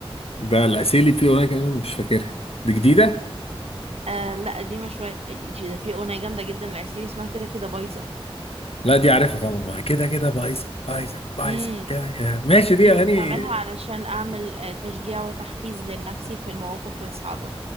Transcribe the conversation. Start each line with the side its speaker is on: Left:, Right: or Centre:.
Left: ده العسيلي فيه اغنيه كمان مش فاكرها دي جديده
Right: آه لا قديمه شويه ده في اغنيه جامده جدا للعسيلي اسمها كده كده بايظه
Left: لا دي عارفها طبعا ما كده كده بايظه بايظه بايظه
Right: امم
Left: كده كده ماشي
Right: دي
Left: دي اغاني
Right: بستعملها علشان أعمل آه، تشجيع وتحفيز لنفسي في المواقف الصعبة